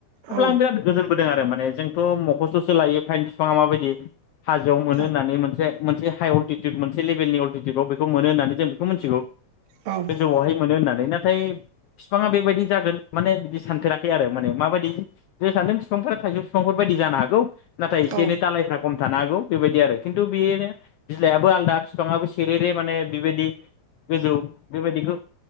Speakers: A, on the left; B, on the right.
A: अब्ला
B: औ
A: आं बिराद गोजोनबोदों आरो माने माने जोंथ' मखस्थ'सो लायो फाइन बिफाङा माबायदि हाजोआव मोनो
B: औ
A: होननानै मोनसे मोनसे हाइ अल्टिटिउद मोनसे लेभेलनि अल्टिटिउदआव बेखौ मोनो होननानै जों बेखौ मिथिगौ
B: औ
A: गोजौआवहाय मोनो होननानै नाथाय बिफाङा बेबायदि जागोन माने बिदि सानफेराखै आरो माने मा बायदि जे सानदों बिफांफोरा थाइजौ बिफांफोरबायदि जानो हागौ नाथाय एसे
B: औ
A: एनै दालायफ्रा खम थानो हागौ बेबायदि आरो खिन्थु बेनो बिलाइ आबो आलादा बिफाङाबो सेरे रे माने बेबायदि गोजौ बेबायदिखौ